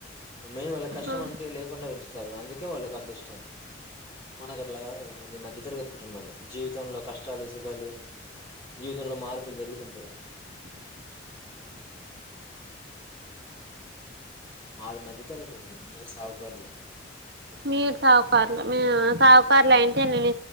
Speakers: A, on the left; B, on the right.
A: మెయిన్ వాళ్ళ కష్టం
B: ఆ
A: అంటే లేకుండా పెంచుతారు అందుకే వాళ్ళకు అంత ఇష్టం మనకు అట్లాగాదు గదా మంది మధ్య తరగతి కుటుంబాలు జీవితంలో కష్టాలు సుఖాలు జీవితంలో మార్పులు జరుగుతుంటాయ్ మాది మధ్య తరగతి కుటంబం మీరు సావుకర్లు
B: మీరు సావుకార్లు మేమన్న సావుకార్లు అయింటే నెను